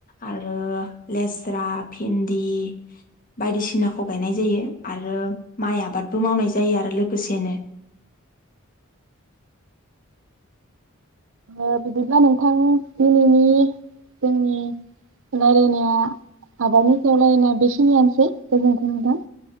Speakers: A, on the left; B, on the right.
A: आरो लेस्रा, भिन्दि बायदिसिनाखौ गायनाय जायो आरो माइ आबादबो मावनाय जायो आरो लोगोसेनो।
B: ओ बिदिब्ला नोंथां दिनैनि जोंनि रायलायनाया आबादनि सायाव रायलायनाया बेखिनियानोसै गोजोन्थों नोंथां।